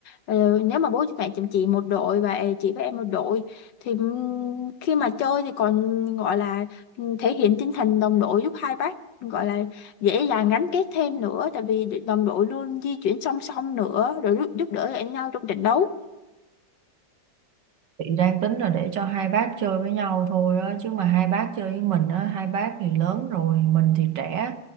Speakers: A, on the left; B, on the right.
A: ờ, nếu mà bố mẹ chồng chị một đội và chị với em một đội thì ừm, khi mà chơi thì còn gọi là ừm, thể hiện tinh thần đồng đội giúp hai bác gọi là dễ dàng gắn kết thêm nữa tại vì đồng đội luôn di chuyển song song nữa rồi giúp, giúp đỡ lẫn nhau trong trận đấu.
B: Chị đang tính là để cho hai bác chơi với nhau thôi á, chứ mà hai bác chơi với mình á, hai bác thì lớn rồi, mình thì trẻ,